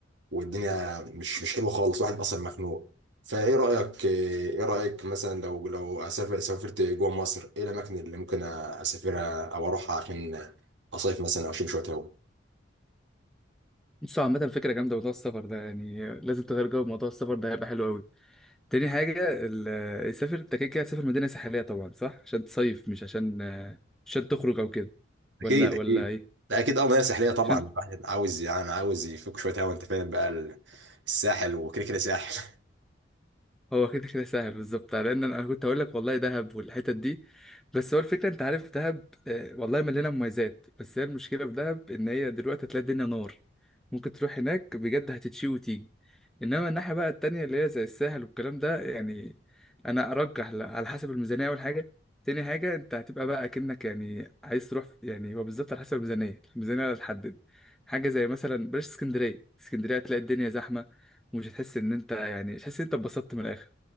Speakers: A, on the right; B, in the centre.
A: والدنيا مش مش حلوة خالص واحد اصلا مخنوق فايه رأيك آه، ايه رأيك مثلا لو لو اسافر سافرت جوه مصر ايه الاماكن اللي ممكن اسافرها او اروحها عشان اصيف مثلا او اشم شوية هوا
B: بص عامة فكرة جامدة موضوع السفر ده يعني لازم تغير جو موضوع السفر ده هيبقى حلو قوي تاني حاجة ال- سافر انت كده كده هتسافر مدينة ساحلية طبعا صح عشان تصيف مش عشان عشان تخرج او كده
A: اكيد
B: ولا ولا
A: اكيد
B: ايه
A: لا اكيد اه مناطق ساحليه طبعا
B: عشان
A: الواحد عاوز يعني عاوز يفك شويه هوا انت فاهم بقى ال- الساحل وكده كده ساحل <laughs>
B: هو كده كده سهل بالظبط لان انا كنت هقول لك والله دهب والحتت دي بس هو الفكره انت عارف دهب آه، والله مليانه مميزات بس هي المشكله في دهب ان هي دلوقتي تلاقي الدنيا نار ممكن تروح هناك بجد هتتشي وتيجي انما الناحيه بقى التانية اللي هي زي الساحل والكلام ده يعني انا ارجح ل- على حسب الميزانيه اول حاجه تاني حاجه انت هتبقى بقى اكنك يعني عايز تروح في- يعني هو بالظبط على حسب الميزانيه الميزانيه اللي هتحدد حاجه زي مثلا بلاش اسكندريه اسكندريه هتلاقي الدنيا زحمه ومش هتحس ان انت يعني مش هتحس ان انت اتبسطت من الاخر